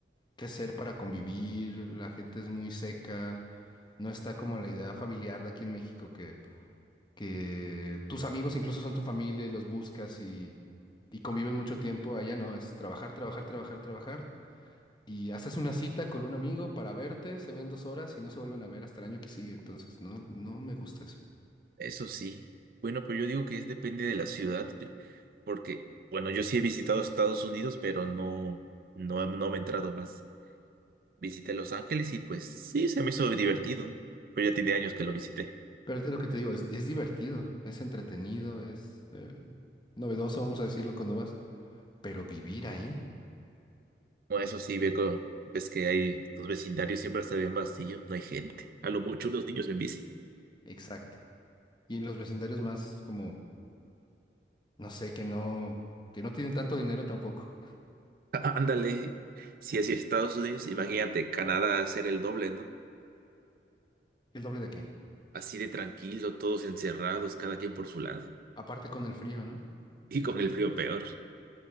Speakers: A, on the left; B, on the right.
A: que hacer para convivir, la gente es muy seca, no está como la idea familiar de aquí en México que, que tus amigos incluso son tu familia y los buscas y conviven mucho tiempo. Allá no, es trabajar, trabajar, trabajar, trabajar. Y haces una cita con un amigo para verte, se ven dos horas y no se vuelven a ver hasta el año que sigue. Entonces, no, no me gusta eso.
B: Eso sí. Bueno, pero yo digo que es depende de la ciudad. yo- Porque, bueno, yo sí he visitado Estados Unidos, pero no, no, no me he entrado más. Visité Los Ángeles y pues sí, se me hizo divertido. Pero ya tiene años que lo visité.
A: Pero es lo que te digo, es, es divertido, es entretenido, es eh, novedoso, vamos a decirlo cuando vas. Pero vivir ahí,
B: Bueno, eso sí, Beco, ves que hay los vecindarios siempre se ven vacíos, no hay gente. A lo mucho unos niños en bici.
A: exacto. Y en los vecindarios más como, no sé, que no, que no tienen tanto dinero tampoco.
B: Á- Ándale, si así Estados Unidos, imagínate Canadá hacer el doble, ¿no?
A: ¿El doble de qué?
B: Así de tranquilo, todos encerrados, cada quien por su lado.
A: Aparte con el frío, ¿no?
B: Y con el frío peor.